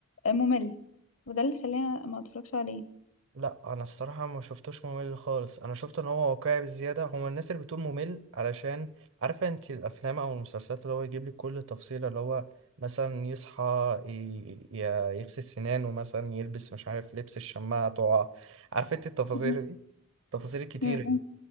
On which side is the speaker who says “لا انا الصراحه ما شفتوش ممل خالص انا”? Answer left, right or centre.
Right